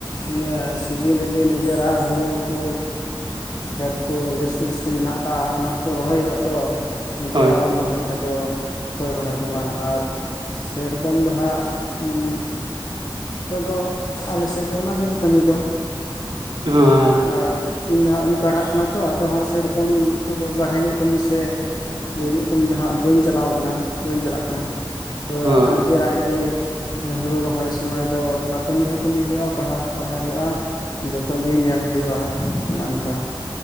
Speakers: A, on the left; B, on the right.
A: ᱱᱤᱭᱟᱹᱹ ᱥᱤᱡᱤᱱ ᱨᱮᱜᱮ ᱱᱤᱡᱮᱨᱟᱜ ᱦᱩᱲᱩ ᱠᱚ <unintelligible> ᱠᱷᱮᱛ ᱠᱚ ᱡᱟᱹᱥᱛᱤ ᱡᱟᱹᱥᱛᱤ ᱢᱮᱱᱟᱜ ᱠᱟᱜᱼᱟ ᱚᱱᱟ ᱠᱚᱫᱚ ᱨᱚᱦᱚᱭ ᱦᱩᱭᱩᱜᱼᱟ, ᱛᱚ ᱱᱤᱡᱮᱨᱟᱜ
B: ᱦᱳᱭ
A: ᱵᱟᱢ ᱨᱚᱦᱚᱭ ᱫᱚ ᱚᱠᱚᱭ ᱨᱚᱦᱚᱭ ᱛᱟᱢᱟ ᱟᱨ ᱥᱮᱨᱚᱠᱚᱢ ᱫᱚ ᱦᱟᱸᱜ ᱩᱸ.... ᱱᱤᱛᱚᱜ ᱫᱚ ᱟᱞᱮᱥᱮᱫ ᱫᱚ ᱚᱱᱟ ᱠᱚᱜᱮ ᱠᱟᱹᱢᱤ ᱫᱚ
B: <unintelligible>
A: ᱟᱨ ᱤᱧ ᱫᱚ ᱦᱟᱸᱜ ᱤᱧ ᱯᱟᱲᱦᱟᱜ ᱠᱟᱱᱟ ᱛᱚ ᱟᱫᱚ ᱦᱟᱸᱜ ᱥᱮᱭᱨᱚᱠᱚᱢ ᱱᱤᱛᱚᱜ ᱫᱚ ᱵᱟᱨᱦᱮ ᱧᱚᱜ ᱠᱟᱹᱢᱤ ᱥᱮᱫ ᱤᱭᱟᱹ ᱧᱚᱜ ᱠᱟᱹᱢᱤ ᱫᱚᱦᱟᱸᱜ ᱵᱟᱹᱧ ᱪᱟᱞᱟᱣ ᱟᱠᱟᱱᱟ ᱵᱟᱹᱧ ᱪᱟᱞᱟᱜ ᱠᱟᱱᱟ ᱛᱚ
B: ᱦᱳᱭ
A: ᱱᱤᱡᱮᱨᱟᱜ ᱜᱮ ᱦᱩᱲᱩ ᱨᱚᱦᱚᱭ ᱥᱚᱢᱚᱭ ᱫᱚ ᱛᱷᱚᱲᱟ ᱠᱟᱹᱢᱤ ᱦᱚᱸ ᱠᱟᱹᱢᱤ ᱦᱩᱭᱩᱜᱼᱟ ᱯᱟᱲᱦᱟᱣ ᱦᱚᱸ ᱯᱟᱲᱦᱟᱣ ᱦᱩᱭᱩᱜᱼᱟ ᱡᱚᱛᱚ ᱜᱮ ᱧᱮᱞ ᱦᱩᱭᱩᱜᱼᱟ ᱚᱱᱮ ᱚᱱᱠᱟ